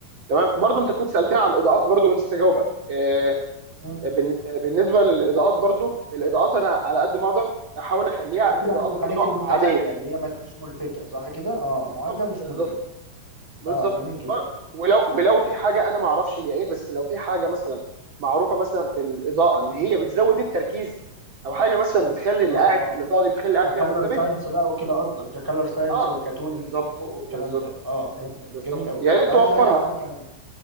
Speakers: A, on the right; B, in the centre.
A: تمام برضو انت كنت سالتني على الاضاءات برضو ونسيت اجاوبك آه،
B: أمم.
A: بن- بالنسبه للاضاءات برضو الاضاءات انا على قد ما اقدر احاول اخليها
B: قلت لي
A: اضاءات
B: عايز الحاجات
A: برضو
B: المتعادله
A: عاديه
B: اللي هي ما تبقاش ملفته صح كده اه
A: بالظبط
B: معادله ومش
A: بالظبط
B: ملفته
A: بالظبط
B: اه جميل جدا
A: آه، ولو ولو في حاجه انا ما اعرفش هي ايه بس لو في حاجه مثلا معروفه مثلا في الاضاءه ان هي بتزود التركيز او حاجه مثلا بتخلي اللي
B: اه
A: قاعد
B: اه
A: الاضاءه دي بتخلي اللي قاعد
B: ككلر
A: فيها منتبه
B: ساينس بقى وكده قصدك ككلر ساينس
A: اه
B: وكتون
A: بالظبط
B: ضوء والكلام
A: بالظبط
B: ده اه فهمتك
A: بالظبط
B: جميل قوي
A: يا ريت
B: طب
A: توفرها
B: عايز اسالك على حاجه كمان